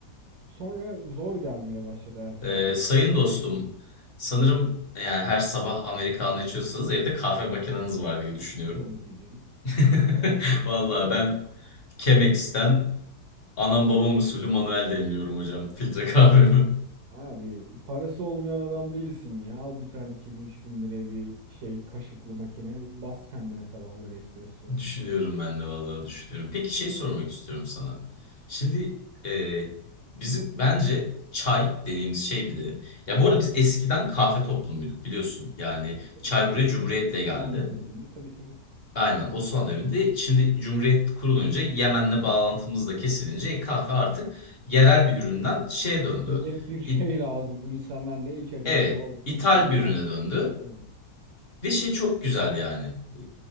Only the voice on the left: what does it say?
Ee,
sayın dostum,
sanırım yani her sabah Americano içiyorsanız evde kahve makineniz var diye düşünüyorum.
<laughs>
Vallahi
ben Chemex'ten Anam babam usulü manuel demliyorum hocam. Filtre kahvemi.
<laughs> Düşünüyorum ben de vallahi düşünüyorum. Peki şey sormak istiyorum sana. Şimdi e, bizim bence çay dediğimiz şey bir de. Ya bu arada biz eskiden kahve toplumuyduk biliyorsun. Yani
çay
buraya Cumhuriyet'le
geldi.
Aynen Osmanlı döneminde şimdi Cumhuriyet kurulunca Yemen'le bağlantımız da kesilince kahve artık yerel bir üründen şeye döndü.
İ-
evet,
ithal
bir ürüne döndü.
Ve şey çok güzel yani. E,